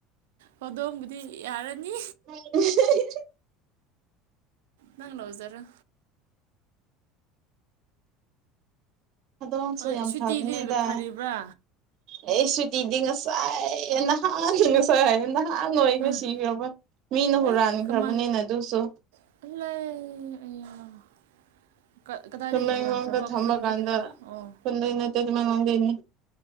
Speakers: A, on the right (about 80°); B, on the right (about 60°).
A: ꯍꯧꯗꯣꯡꯕꯨꯗꯤ ꯌꯥꯔꯅꯤ꯫
B: <unintelligible>
A: ꯅꯪ ꯂꯧꯖꯔꯣ
B: ꯍꯣꯗꯣꯡꯁꯨ
A: ꯍꯣꯏ
B: ꯌꯥꯝ
A: ꯁꯨꯇꯤꯗꯤ
B: ꯐꯕꯅꯦꯗ꯫
A: ꯐꯔꯤꯕ꯭ꯔꯥ
B: ꯑꯩ ꯁꯨꯇꯤꯗꯤ ꯉꯁꯥꯏ ꯅꯍꯥꯟ ꯉꯁꯥꯏ ꯍꯥꯏꯌꯦ ꯅꯍꯥꯟ ꯍꯥꯟ ꯅꯣꯏꯈ꯭ꯔꯦ
A: ꯎꯝ
B: ꯁꯤꯈ꯭ꯔꯕ ꯃꯤꯅ ꯍꯨꯔꯥꯟꯈ꯭ꯔꯕꯅꯤꯅ
A: ꯑꯦ ꯀꯃꯥꯏ
B: ꯑꯗꯨꯁꯨ
A: <unintelligible> ꯑꯌꯥ ꯀ ꯀꯗꯥꯏꯗꯒꯤ
B: ꯇꯃꯦꯂꯣꯡꯗ
A: ꯍꯨꯔꯥꯟꯈ꯭ꯔꯕ
B: ꯊꯝꯕ
A: ꯈꯨꯟꯗꯒꯤꯔ
B: ꯀꯥꯟꯗ
A: ꯑꯣ
B: ꯈꯨꯟꯗꯩ ꯅꯠꯇꯦ ꯇꯃꯦꯂꯣꯡꯗꯩꯅꯤ꯫